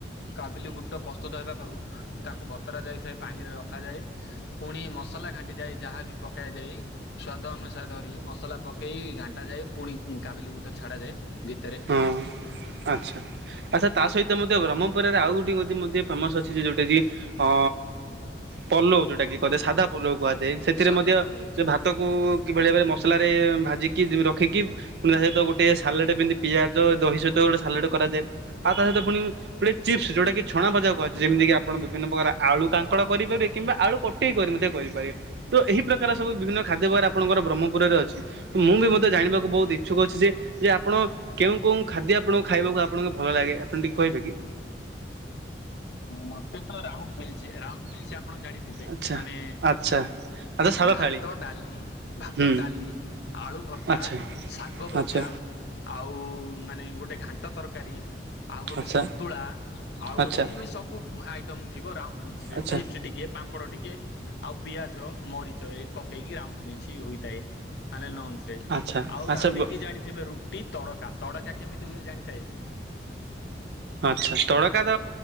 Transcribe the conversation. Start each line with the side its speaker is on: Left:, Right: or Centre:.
Left: କାବିଲି ବୁଟ ପ୍ରସ୍ତୁତ ହେବା ପାଉ। ତାକୁ ବତ ବତରା ଯାଇଥାଏ, ପାଣି ରେ ରଖାଯାଏ, ପୁଣି ମସଲା ଘାଣ୍ଟିଯାଏ, ଯାହା ବି ପକାଇ ଯାଇ, ସ୍ଵାଦ ଅନୁ ଅନସା ଧରି ମସଲା ପକେଇ, ଘାଣ୍ଟାଯାଏ। ପୁଣି କାବିଲି ବୁଟ ଛାଡାଯାଏ। ଭିତରେ
Right: ହଁ, ଆଚ୍ଛା, ଆଚ୍ଛା। ତା ସହିତ, ମଧ୍ୟ ବ୍ରହ୍ମପୁରରେ ଆଉ ଗୋଟେ ତିଇ ମୋଦି ଏ ଫେମସ୍ ଅଛି, ଯେ ଯୋଉଟା କି ଅ ପଲଉ, ଯୋଉଟା କି କରେ ସାଧା ପଲଉ କୁହାଯାଏ। ସେଥିରେ
Left: ସ୍ୱାଦ
Right: ମଧ୍ୟ
Left: ଭଲ ଅଛି
Right: ଭାତକୁ କିଭଳି ଭାବରେ ମସଲାରେ ଭାଜିକି ରଖିକି, ପୁଣି ତା ସହିତ ଗୋଟେ ସାଲାଡ଼ ପିଆଜ, ଦହି ସହିତ ଗୋଟେ ସାଲଡ କରାଯାଏ। ଆଉ ତା ସହିତ ପୁଣି ଗୋଟେ ଚିପ୍ସ, ଯୋଉଟାକି ଛଣାଭଜା କୁହାଯାଏ, ଯେମିତି ଆପଣ ବିଭିନ୍ନ ପ୍ରକାର ଆଳୁ କାଙ୍କଡ଼ କରିପାରିବେ, କିମ୍ବା ଆଳୁ କଟେଇ କରି ମଧ୍ୟ କରିପାରିବେ। ତ, ଏହି ପ୍ରକାର ସବୁ ବିଭିନ୍ନ ଖାଦ୍ୟ ଆପଣଙ୍କର ବ୍ରହ୍ମପୁରରେ ଅଛି। ମୁଁ ବି ମଧ୍ୟ ଜାଣିବାକୁ ବହୁତ ଇଚ୍ଛୁକ ଅଛି, ଯେ, ଯେ ଆପଣ କେଉଁ କଉଁ ଖାଦ୍ୟ ଆପଣଙ୍କୁ ଖାଇବାକୁ ଆପଣଙ୍କୁ ଭଲ ଲାଗେ, ଆପଣ ଟିକେ କହିବେ କି?
Left: ମତେ ତ ରାଉଣ୍ଡ ମିଳିଛି, ରାଉଣ୍ଡ ମିଳିଛି, ଆପଣ ଜାଣିଥିବେ,
Right: ଆଚ୍ଛା
Left: ମାନେ
Right: ଆଚ୍ଛା ଆଚ୍ଛା ସାଧା
Left: ଭାତ-ଡାଲି,
Right: ଥାଳି
Left: ଭାତ-ଡାଲି
Right: ହୁଁ
Left: ଆଳୁ ଭର୍ତ୍ତା,
Right: ଆଚ୍ଛା
Left: ଶାଗ ଭଜା,
Right: ଆଚ୍ଛା
Left: ଆଉ ମାନେ, ଗୋଟେ ଘାଣ୍ଟ ତରକାରୀ, ଆଉ ଗୋଟେ
Right: ଆଚ୍ଛା
Left: ସନ୍ତୁଳା, ଆଉ
Right: ଆଚ୍ଛା
Left: ଗୋଟେ ଏମିତି ସବୁ ଆଇ ଥିବ। ରାଉଣ୍ଡ ମିଳିଛି
Right: ଆଚ୍ଛା
Left: ଚିପ୍ସ ଟିକେ, ପାମ୍ପଡ଼ ଟିକେ, ଆଉ ପିଆଜ, ମରିଚ ଚ ଏଇ ପକେଇକି ରାଉଣ୍ଡ ମିଛି ହୋଇଥାଏ ମାନେ ନ ସେ
Right: ଆଚ୍ଛା
Left: ଆଉ,
Right: ଆଚ୍ଛା
Left: ରାତି କିି ଜାଣିଥିବେ, ରୁଟି। ତଡକା, ତଡକା କେମିତି ହୁଏ, ଜାଣିଥାଏ।
Right: ଆଛା, ତଡକା ତ